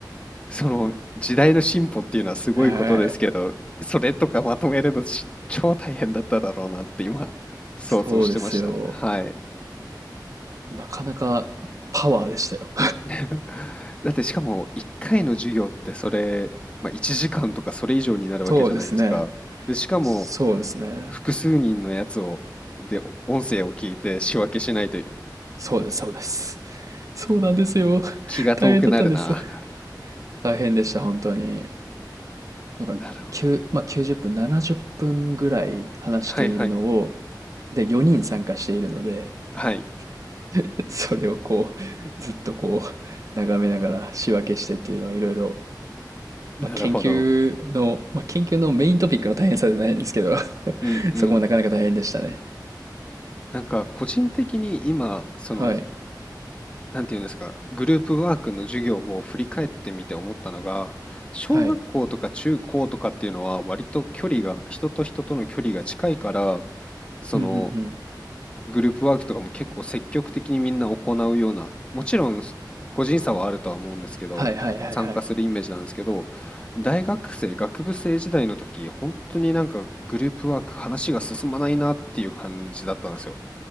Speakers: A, on the left; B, on the right.
A: その時代の進歩っていうのはすごいことですけど、
B: はい。
A: それとかまとめるのし超大変だっただろうなって今想像してました。
B: そうですよ。
A: はい。
B: なかなかパワーでしたよ。
A: <laughs> だってしかも1回の授業ってそれ、まあ、1時間とかそれ以上になるわけじゃないですか。
B: <laughs> そうですね。
A: で、しかも
B: そうですね。
A: 複数人のやつをで、音声を聞いて仕分けしないと
B: そうです、そうです。そうなんですよ。
A: 気が遠くなるな。
B: 大変だったんです。大変でした、本当に。
A: <laughs>
B: なんか、
A: なるほど。
B: 9、まあ、90分、70分ぐらい話しているのを、
A: はいはい。
B: で、4人参加しているので、
A: はい、
B: <laughs> それをこう、ずっとこう、眺めながら仕分けしてっていうのをいろいろ、
A: なるほど。
B: まあ、研究の、まあ、研究のメイントピックの大変さじゃないですけど <laughs>
A: うんうん。
B: そこもなかなか大変でしたね。
A: なんか個人的に今、その
B: はい。
A: なんていうんですか、グループワークの授業を振り返ってみて思ったのが、小学校とか中高とかっていうのは割と距離が、
B: はい。
A: 人と人との距離が近いから、その
B: うんうんうん。
A: グループワークとかも結構積極的にみんな行うような、もちろんす個人差はあるとは思うんですけど、
B: はいはいはいはい。
A: 参加するイメージなんですけど、大学生、学部生時代の時、本当になんかグループワーク話が進まないなっていう感じだったんですよ。